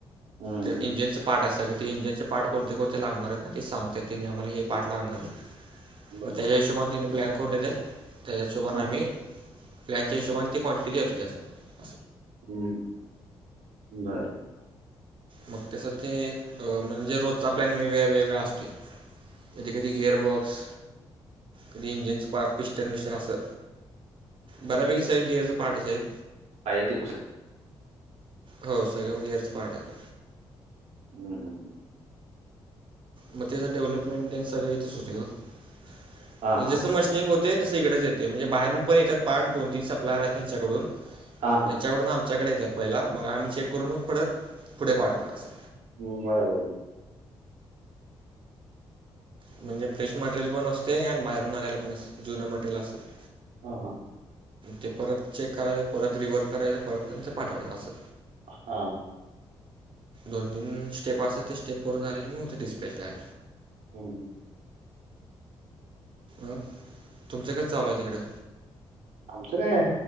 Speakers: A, on the right; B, on the right.
A: हम्म
B: ते इंजिनचं पार्ट आहे सगळे ते इंजिनचे पार्ट कोणचे कोणचे लागणार आहेत ना ते सांगतात तेंनी आम्हाला हे पार्ट लागणार आहे
A: बर
B: मंग त्यांच्या हिशोबांन तिनें प्लॅन करूंन देतात त्यांच्या हिशोबाने
A: हा
B: आम्हीं प्लॅनच्या हिशोबाने ती काॅनटिटी होती जास्तं
A: हम्म बरं
B: मंग तसच ते म्हणजे रोजचा प्लॅन वेग वेगळां असतोय कधीं कधीं गिअरबॉक्स कधीं इंजिनचं प पिस्टन बस्टन असं बऱ्यापैकी सगळं गियरं पार्टच हाईत.
A: पाहिजे ते कु
B: हो सगळं गेयरच पार्ट हाईत
A: हम हम ह
B: मंग त्याचं डेव्हलपमेंट सगळं इथंच होतें
A: हां, हां.
B: जसं मं मशिन ते होते तसं ईकडेच येतं म्हणजे बाहेरून पणं येतांत पार्ट दोन तीनं सप्लायर आहेत त्यांच्याकडून
A: हां, हां.
B: त्यांच्याकडून आमच्यांकडे येतांत पहिला मंग आम्हीं चेक करूंन मंग परत पुढें पाठवतं असं
A: हम बरं बरं बरं
B: म्हणजे फ्रेश मटेरियल पणं असतें आणि बाहेरून आलेलयं पणं असतें जुनं मटेरियल असते असं
A: ह हां
B: ते परत चेक करायचं परत रिव्हर करायचं परत त्यांचं पाठवायचं असं.
A: हा
B: दोन तीन स्टेप असे ते स्टेप करून झाले की मग उते डिस्पच लार
A: हम् हम्
B: अं तुमच काय चालू आहे तिकडे
A: आमचं कायं